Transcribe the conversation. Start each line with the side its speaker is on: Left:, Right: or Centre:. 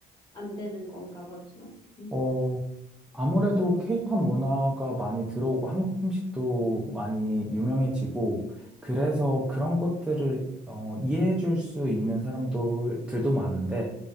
Left: 안 되는 건가 보죠. 음,
Centre: 어, 아무래도 케이팝 문화가 많이 들어오고 한국 음식도 많이 유명해지고 그래서 그런 것들을 어, 이해해 줄 수 있는 사람들도 많은데